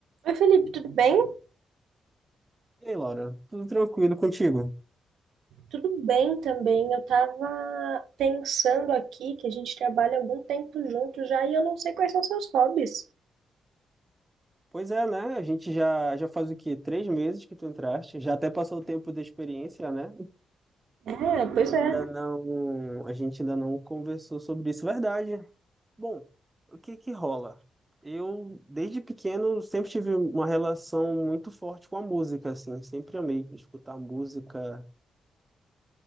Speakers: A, on the right; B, on the right.
A: Oi, Felipe, tudo bem?
B: E aí, Laura, tudo tranquilo contigo?
A: Tudo bem também. Eu tava pensando aqui que a gente trabalha algum tempo junto já e eu não sei quais são seus hobbies.
B: Pois é, né? A gente já, já faz o quê? Três meses que tu entraste, já até passou o tempo da experiência, né?
A: É, pois
B: Ainda
A: é.
B: não, a gente ainda não conversou sobre isso, verdade. Bom, o que que rola? Eu, desde pequeno, sempre tive uma relação muito forte com a música, assim, sempre amei escutar música.